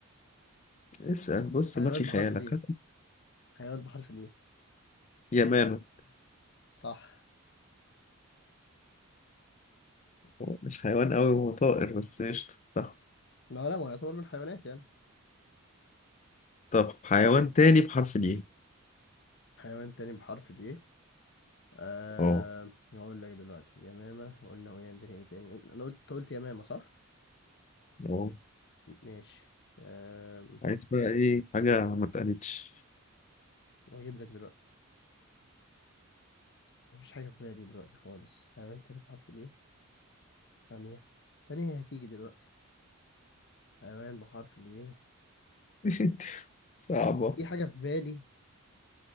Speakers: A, on the left; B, on the left.
A: اسأل بص
B: حيوان
A: ما في خيالك
B: بحرف ليه
A: هات
B: حيوان بحرف ليه
A: يمامة
B: صح
A: هو مش حيوان أوي هو طائر بس قشطة صح
B: لا لا ما هو يعتبر من الحيوانات يعني
A: طب حيوان تاني بحرف الإيه
B: حيوان تاني بحرف ليه آه
A: أه
B: هقول لك دلوقتي يمامة قلنا هو عندنا ايه تاني انا قلت أنت قلت يمامة صح
A: أه
B: ماشي آه
A: عايز بقى إيه حاجة ما اتقالتش
B: هجيب لك دلوقتي مفيش حاجة في بالي دلوقتي خالص حيوان تاني بحرف الإيه ثانية ثانية هي هتيجي دلوقتي حيوان بحرف الإيه
A: <laughs> صعبة
B: في حاجة في بالي